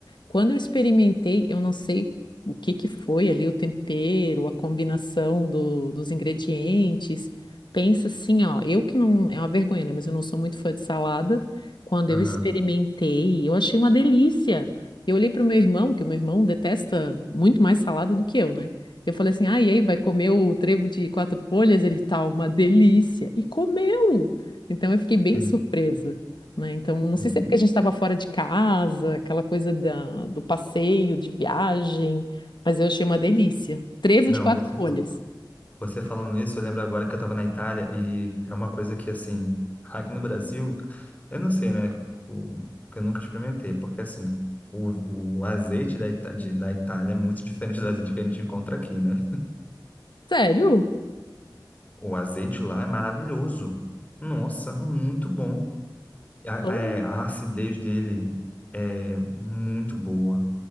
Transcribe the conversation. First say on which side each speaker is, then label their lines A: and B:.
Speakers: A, on the left (about 85°); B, on the left (about 20°).
A: Quando eu experimentei, eu não sei o que que foi ali, o tempero, a combinação do- dos ingredientes. Pensa assim, ó, eu que não, é uma vergonha, né? Mas eu não sou muito fã de salada. Quando
B: Aham,
A: eu experimentei, eu achei uma delícia. Eu olhei para o meu irmão, que o meu irmão detesta muito mais salada do que eu, né? Eu falei assim, ah, e aí, vai comer o trevo de quatro folhas? Ele tá uma delícia. E comeu! Então eu fiquei bem
B: sim.
A: surpresa, né? Então, não sei
B: Hum.
A: se é porque a gente estava fora de casa, aquela coisa da, do passeio, de viagem, mas eu achei uma delícia. Trevo
B: Não,
A: de quatro
B: você.
A: folhas.
B: Você falando isso, eu lembro agora que eu estava na Itália e é uma coisa que, assim, aqui no Brasil, eu não sei, né? O, que eu nunca experimentei, porque, assim, o, o azeite da, Ita- de- da Itália é muito <laughs> diferente do azeite que a gente encontra aqui, né?
A: Sério?
B: O azeite lá é maravilhoso. Nossa, muito bom. A,
A: Oh.
B: é, a acidez dele é muito boa.